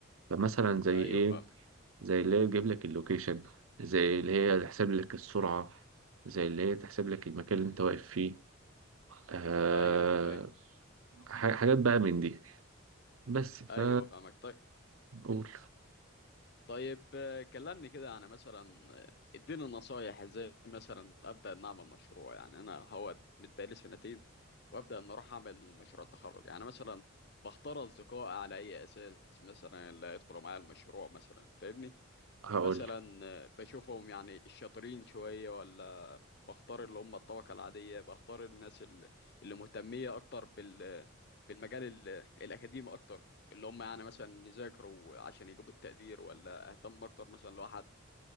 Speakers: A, on the right (about 80°); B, on the left (about 55°).
A: فمثلا زي
B: ايوه
A: ايه
B: فاهمك
A: زي اللي هي تجيب لك اللوكيشن زي اللي هي تحسب لك السرعة زي اللي هي تحسب لك المكان اللي انت واقف فيه أه
B: ايوه ايوه
A: ح- حاجات بقى من دي بس ف
B: ايوه فاهمك طيب
A: قول
B: طيب آه، كلمني كده يعني مثلا آه، اديني نصايح ازاي مثلا ابدا ان اعمل مشروع يعني انا هو متبقالي سنتين وابدا ان اروح اعمل مشروع التخرج يعني مثلا بختار اصدقاء على اي اساس مثلا اللي يدخلوا معايا المشروع مثلا فاهمني
A: هقول
B: مثلا آه، بشوفهم يعني الشاطرين شويه ولا بختار اللي هم الطبقة العادية بختار الناس اللي, اللي مهتمية أكتر بال بالمجال ال- الأكاديمي أكتر اللي هم يعني مثلا يذاكروا عشان يجيبوا تقدير ولا أهتم أكتر مثلا لو واحد